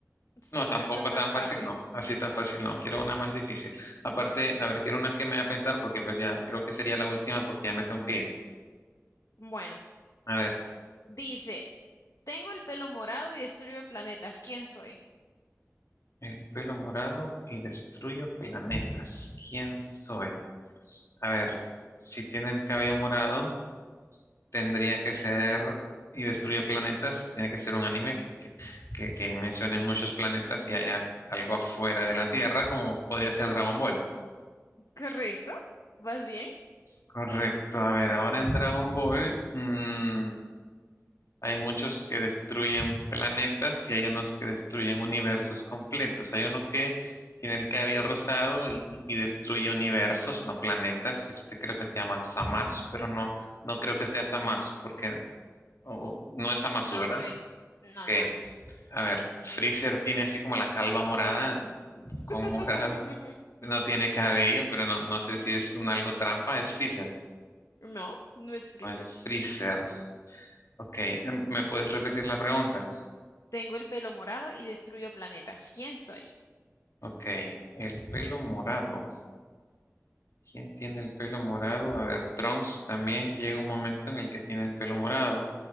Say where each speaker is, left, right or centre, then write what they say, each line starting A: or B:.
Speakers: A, on the left (about 85°); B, on the left (about 65°).
A: Súper,
B: No, tampoco
A: súper
B: tan
A: fácil.
B: fácil, no. Así tan fácil, no. Quiero una más difícil. Aparte, a ver, quiero una que me haga pensar, porque pues ya creo que sería la última, porque ya me tengo que ir.
A: Bueno.
B: A ver,
A: Dice, tengo el pelo morado y destruyo planetas. ¿Quién soy?
B: el pelo morado y destruyo planetas. ¿Quién soy? A ver, si tiene el cabello morado. tendría que ser, y destruye planetas, tiene que ser un anime que, que, que, que mencione muchos planetas y haya algo afuera de la Tierra, como podría ser Dragon Ball.
A: ¿Correcto? ¿Vas bien?
B: Correcto, a ver, ahora en Dragon Ball mm, hay muchos que destruyen planetas y hay unos que destruyen universos completos. Hay uno que tiene el cabello rosado y, y- y destruye universos, no planetas. Este creo que se llama Zamasu, pero no, no creo que sea Zamasu porque o- no es Zamasu,
A: No,
B: ¿verdad?
A: no es. No,
B: Ok.
A: no es.
B: A ver, Freezer tiene así como la calva morada,
A: <laughs>
B: con morado. No tiene cabello, pero no, no sé si es un algo trampa. Es Freezer.
A: No, no es Freezer.
B: No es Freezer. Ok, em, ¿me puedes repetir la pregunta?
A: Tengo el pelo morado y destruyo planetas. ¿Quién soy?
B: Ok, el pelo morado. ¿Quién tiene el pelo morado? A ver, Trunks también llega un momento en el que tiene el pelo morado.